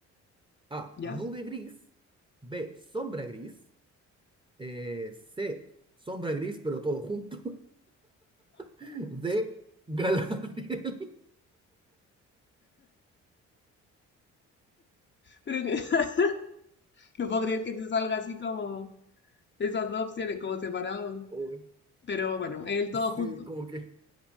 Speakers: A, on the right; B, on the left.
A: A,
B: Ya.
A: nube gris. B, sombra gris. Eh, C, sombra gris, pero todo junto. <laughs> D, Galadriel.
B: Pero que <laughs> no puedo creer que te salga así como esas dos opciones, como separados.
A: Uy,
B: Pero bueno, el todo junto.
A: sí, como que